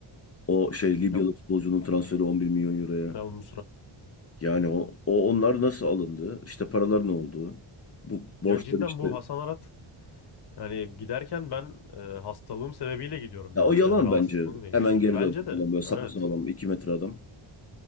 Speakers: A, on the left; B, on the left.
A: o şey Libyalı
B: Ya,
A: futbolcunun transferi 11 milyon euroya.
B: ya bu
A: Yani o, o onlar nasıl alındı? İşte paralar ne oldu? Bu borçlar
B: Ya cidden
A: işte.
B: bu Hasan Arat yani giderken ben e, hastalığım sebebiyle gidiyorum
A: Ya
B: demişti.
A: o yalan
B: Yani rahatsızlığım
A: bence.
B: demişti.
A: Hemen geri
B: Bence
A: döndü
B: de
A: falan böyle sapasağlam
B: evet.
A: 2 metre adam.